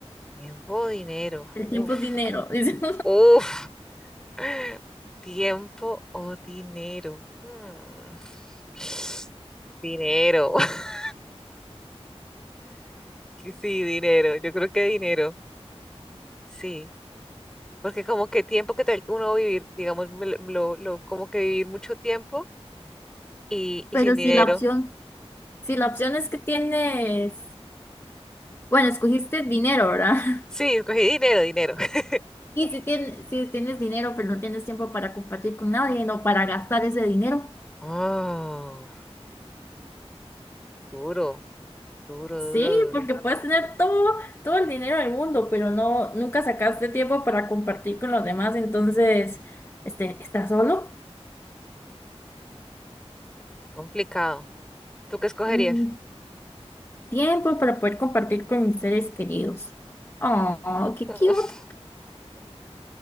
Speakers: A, in the centre; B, on the left.
A: Tiempo, dinero.
B: El
A: Uf,
B: tiempo es dinero. dice.
A: uf. <laughs> Tiempo o dinero. Hmm, <sighs> Dinero. <laughs> Sí, dinero. Yo creo que dinero. Sí. Porque como que tiempo que tal uno va a vivir, digamos, me lo, lo- lo- como que vivir mucho tiempo y,
B: <laughs>
A: y
B: Pero
A: sin dinero.
B: si la opción, si la opción es que tienes, bueno, escogiste dinero, ¿verdad? <laughs>
A: Sí, escogí dinero, dinero. <laughs>
B: Y si tienes, si tienes dinero, pero no tienes tiempo para compartir con nadie, no para gastar ese dinero.
A: Oh, duro, duro,
B: Sí,
A: duro, duro.
B: porque puedes tener todo, todo el dinero del mundo, pero no, nunca sacaste tiempo para compartir con los demás, entonces, este, ¿estás solo?
A: Complicado. ¿Tú qué escogerías?
B: Mm, tiempo para poder compartir con mis seres queridos. Oh, qué
A: <laughs>
B: cute.